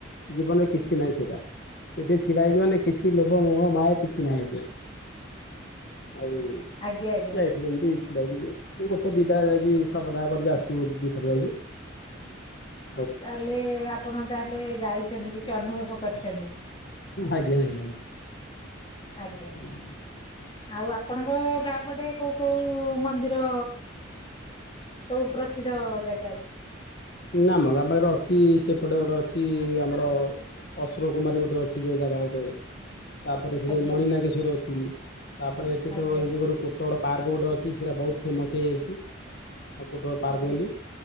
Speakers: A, on the left; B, on the left.
A: ଜୀବନରେ କିଛି ନାହିଁ ସେଇଟା, ସେଠି ଛିଡା ହେଇଯିବ ମାନେ କିଛି ଲୋଭ ମୋହ ମାୟା କିଛି ନାହିଁ ଆଜ୍ଞା, ଆଉ
B: ଆଜ୍ଞା ଆଜ୍ଞା।
A: ଥିଲୁ ଏମତି ଛିଡ଼ା ହେଇକି, ଗୋଟେ ଦିଟା ଯାଇକି ସବଦାହ କରିକି ଆସିବୁ ଦିଥର ଯାଇକି। ହ
B: ତାହେଲେ ଆପଣ ତାହେଲେ ଯାଇଛନ୍ତି କିଛି ଅନୁଭବ କରିଛନ୍ତି।
A: ଆଜ୍ଞା ଆଜ୍ଞା ଆଜ୍ଞା।
B: ଆଜ୍ଞା
A: ହୁଁ।
B: ଆଉ ଆପଣଙ୍କ ଗାଁ ପଟେ କୋଉ କୋଉ ମନ୍ଦିର ସବୁ ପ୍ରସିଦ୍ଧ ଜାଗା ଅଛି?
A: ଆମ ଗାଁ ପାଖରେ ଅଛି ସେପଟେ ଗୋଟେ ଅଛି ଆମର ଅସୁର କୁମାରୀ ଗୋଟେ ଅଛି ଯୋଉ ଜାଗା ଗୋଟେ। ତାପରେ ସେଠ
B: ଆଜ୍ଞା
A: ମଣିନାଗେଶ୍ଵର ଅଛି, ତାପରେ ଏଠି
B: ଆଜ୍ଞା
A: ତ ଏବେ ଗୋଟେ କୋଟଳ ପାର୍କ ଗୋଟେ ଅଛି ସେଇଟା ବହୁତ ଫେମସ୍ ହେଇଯାଇଛି, ଆଉ କୋଟଲ ପାର୍କ
B: ଆଜ୍ଞା
A: ବୋଲି,